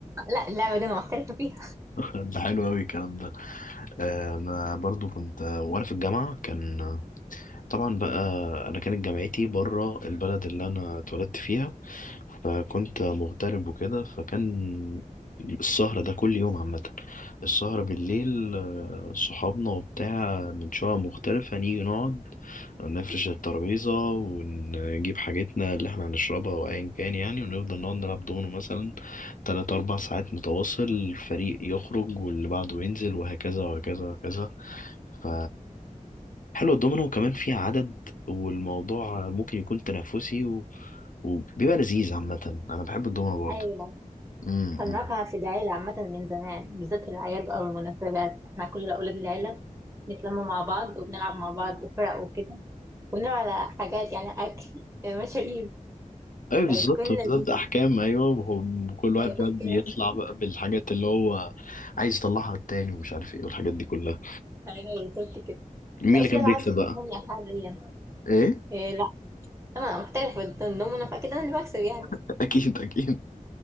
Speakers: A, on the right; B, on the left.
A: لا اللعبه دي انا محترفه فيها
B: <laughs> ده حلو أوي الكلام ده آه، أنا برضو كنت آه، وأنا في الجامعة كان طبعا بقى انا كانت جامعتي بره البلد اللي انا اتولدت فيها فكنت مغترب وكده فكان السهرة ده كل يوم عامة السهرة بالليل آه، صحابنا وبتاع من شقق مختلفة نيجي نقعد نفرش الترابيزة ونجيب حاجتنا اللي احنا هنشربها وأيا كان يعني ونفضل نقعد نلعب دومينو مثلا تلات أربع ساعات متواصل الفريق يخرج واللي بعده ينزل وهكذا وهكذا وهكذا ف حلو الدومينو وكمان فيها عدد والموضوع ممكن يكون تنافسي و... وبيبقى لذيذ عامة أنا بحب الدومينو برضه
A: ايوه
B: امم
A: خلناها في العيلة عامة من زمان بالذات في الأعياد أو المناسبات احنا كل أولاد العيلة بنتلم مع بعض وبنلعب مع بعض فرق وكده وبنلعب على حاجات يعني أكل مشاريب
B: أيوة بالظبط
A: بتكون لذيذة
B: بالظبط أحكام أيوة وهم- وكل واحد
A: أيوة
B: بقى
A: أحكام
B: بيطلع بقى بالحاجات اللي هو عايز يطلعها على التاني ومش عارف إيه والحاجات دي كلها
A: أيوة بالظبط كده
B: مين
A: لا
B: اللي
A: في
B: كان
A: ألعاب
B: بيكسب
A: بتفهمني
B: بقى؟
A: حاليا
B: إيه؟
A: إيه لا أنا محترفة الدومينو فأكيد أنا اللي بكسب يعني
B: <laughs> أكيد أكيد